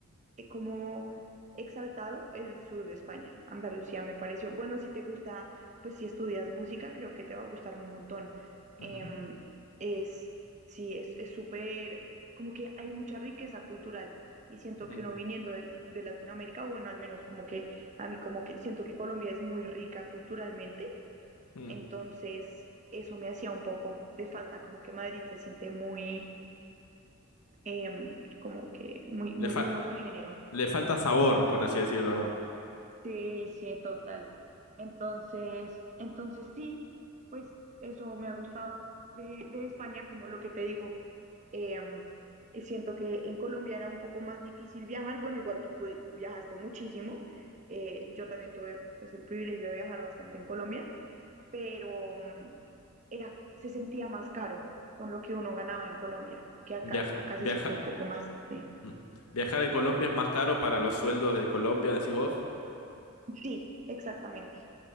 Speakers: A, on the right; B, on the left.
A: eh, como exaltado el sur de España. Andalucía me pareció, bueno, si te gusta, pues si estudias música, creo que te va a gustar un montón. Em,
B: ujú,
A: es, sí, es, es súper, como que hay mucha riqueza cultural y siento
B: mm,
A: que uno viniendo de, de Latinoamérica, o bueno, al menos como que a mí como que siento que Colombia es muy rica culturalmente,
B: mm.
A: entonces eso me hacía un poco de falta, como que Madrid se siente muy, em, como que muy, muy,
B: Le fa-
A: muy homogéneo.
B: le falta sabor, por así decirlo, ¿no?
A: Sí, sí, total. Entonces, entonces sí, pues eso me ha gustado de, de España, como lo que te digo. Em, y siento que en Colombia era un poco más difícil viajar. Bueno, igual tú pudi- viajaste muchísimo. Eh, yo también tuve pues, el privilegio de viajar bastante en Colombia, pero mm, era, se sentía más caro con lo que uno ganaba en Colombia que acá.
B: Viaj-
A: Acá se
B: viaja-
A: siente un poco más. Sí,
B: mm. viajar en Colombia es más caro para los sueldos de Colombia, decís vos.
A: sí, exactamente.